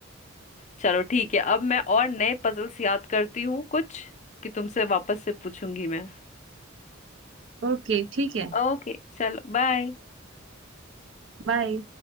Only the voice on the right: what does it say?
ओके ठीक है
बाय